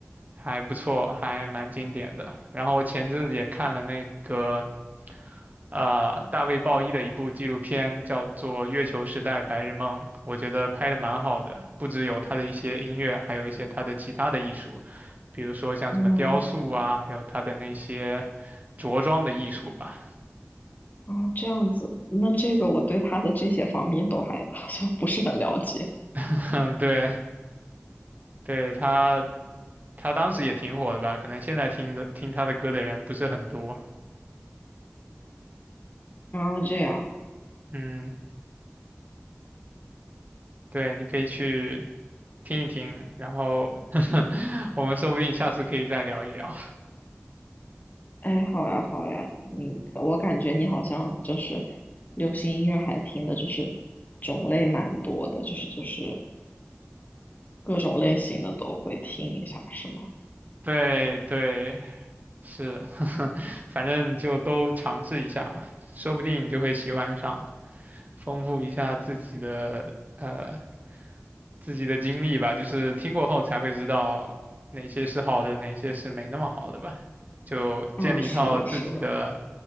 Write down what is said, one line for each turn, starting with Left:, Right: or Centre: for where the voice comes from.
Right: 还不错，还蛮经典的。然后我前阵子也看了那个呃大卫鲍伊的一部纪录片，叫做《月球时代白日梦》，我觉得拍的蛮好的，不只有他的一些音乐，还有一些他的其他的艺术，比如说像什么雕塑啊，
Left: 嗯。
Right: 还有他的那些着装的艺术吧。
Left: 啊，这样子，那这个我对他的这些方面都还 <laughs> 好像不是很了解。
Right: <laughs> 对，对他他当时也挺火的吧，可能现在听的听他的歌的人不是很多。
Left: 啊，这样，
Right: 嗯。对，你可以去听一听，然后 <laughs> 我们说不定下次可以再聊一聊。
Left: 哎，好呀，好呀，你，我感觉你好像就是流行音乐还听的，就是种类蛮多的，就是就是各种类型的都会听一下，是吗？
Right: 对对，是，<laughs> 反正就都尝试一下嘛，说不定你就会喜欢上，丰富一下自己的呃自己的经历吧，就是听过后才会知道哪些是好的，哪些是没那么好的吧，就建立一套自己的
Left: 啊，是的，是的，